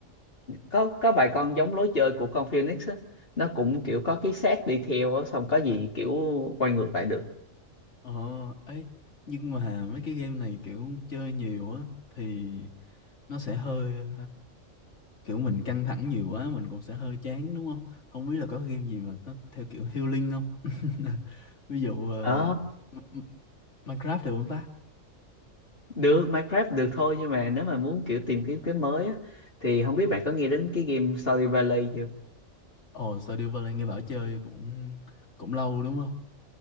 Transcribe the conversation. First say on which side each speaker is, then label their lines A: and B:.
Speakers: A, on the left (about 45°); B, on the left (about 60°).
A: có có vài con giống lối chơi của con Phoenix á nó cũng kiểu có cái xác đi theo á xong có gì kiểu quay ngược lại được
B: ồ ấy nhưng mà mấy cái game này kiểu chơi nhiều á thì nó sẽ hơi kiểu mình căng thẳng nhiều quá mình cũng sẽ hơi chán đúng không không biết là có game gì mà nó theo kiểu healing không <laughs> ví dụ ờ,
A: ờ
B: M- M- Minecraft được không ta
A: được Minecraft được thôi nhưng mà nếu mà muốn kiểu tìm kiếm cái mới á thì không biết bạn có nghe đến cái game Stardew Valley chưa
B: ồ Stardew Valley nghe bảo chơi cũng cũng lâu đúng không